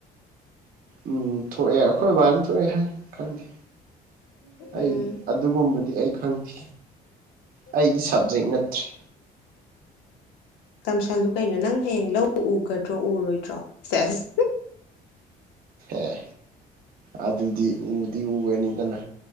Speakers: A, on the right; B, on the left.
A: ꯎꯝ ꯊꯣꯛꯑꯦ ꯑꯩꯈꯣꯏ ꯕꯥꯅ ꯊꯣꯛꯑꯦ ꯍꯥꯏ ꯈꯪꯗꯦ
B: ꯎꯝ
A: ꯑꯩ ꯑꯗꯨꯒꯨꯝꯕꯗꯤ ꯑꯩ ꯈꯪꯗꯦ
B: <inaudible>
A: ꯑꯩꯒꯤ ꯁꯕꯖꯦꯛ ꯅꯠꯇ꯭ꯔꯦ
B: ꯇꯝꯁꯥꯜꯗꯨ ꯀꯩꯅꯣ ꯅꯪ ꯍꯌꯦꯡ ꯂ ꯎꯒꯗ꯭ꯔꯣ ꯎꯔꯣꯏꯗ꯭ꯔꯣ ꯁꯦꯁ
A: ꯑꯦ ꯑꯗꯨꯗꯤ ꯎꯗꯤ ꯎꯒꯅꯤꯗꯅ